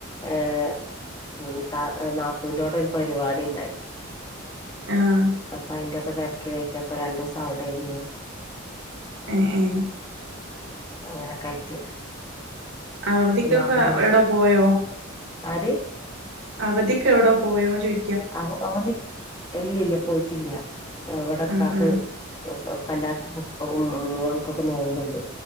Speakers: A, on the left; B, on the right.
A: ഏ <unintelligible> നാത്തൂന്റോടെ ഒരു പരിപാടി ഇണ്ടായി
B: ആഹ
A: അപ്പൊ അതിന്റെക്കെ തിരക്കിലായിട്ട് അപ്പൊ രണ്ടു ദിവസം അവിടെ ഇന്ന്
B: ഏ ഏ
A: അങ്ങനെക്കേ ആയിട്ട്
B: അവധിക്കൊക്കെ
A: നാത്തൂനും
B: എവിടോ പോയോ
A: ആര്
B: അവധിക്കെവടോ പോയോ ചോയി?
A: അവ അവധിക് ഇല്ല ല്ല്യ പോയിട്ടില്ല ഇവടക്കാക്ക്.
B: ആഹ് ആഹ്
A: എല്ലാർക്കും മൊ മോൻ കൊക്കെ നോമ്പുണ്ട്.